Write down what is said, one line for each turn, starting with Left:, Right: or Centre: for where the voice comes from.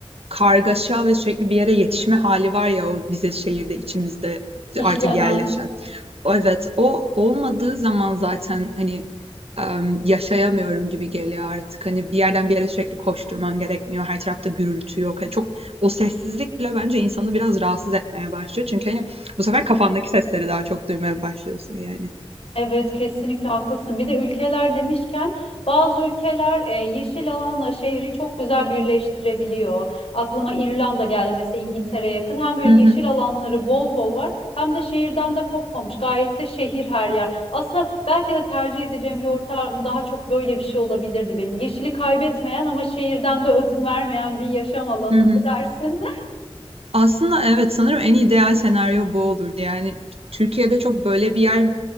Right: kargaşa ve sürekli bir yere yetişme hali var ya o bize şehirde içimizde
Left: <laughs> İşlenen.
Right: artık yerleşen evet, o olmadığı zaman zaten, hani, emm, yaşayamıyorum gibi geliyor artık. Hani, bir yerden bir yere sürekli koşturman gerekmiyor. Her tarafta gürültü yok. Hani, çok o sessizlik bile bence insanı biraz rahatsız etmeye başlıyor. Çünkü, hani, bu sefer kafandaki sesleri daha çok duymaya başlıyorsun yani.
Left: Evet kesinlikle haklısın. Bir de ülkeler demişken bazı ülkeler e, yeşil alanla şehri çok güzel birleştirebiliyor. Aklıma İrlanda geldi mesela İngiltere'ye yakın. Hem böyle
Right: Hı
Left: yeşil
Right: hı.
Left: alanları bol bol var hem de şehirden de kopmamış. Gayet de şehir her yer. Aslında belki de tercih edeceğim bir ortam daha çok böyle bir şey olabilirdi benim. Yeşili kaybetmeyen ama şehirden de ödün vermeyen bir yaşam alanı
Right: Hı
Left: Ne
Right: hı.
Left: dersin?
Right: Aslında evet, sanırım en ideal senaryo bu olurdu. Yani Türkiye'de çok böyle bir yer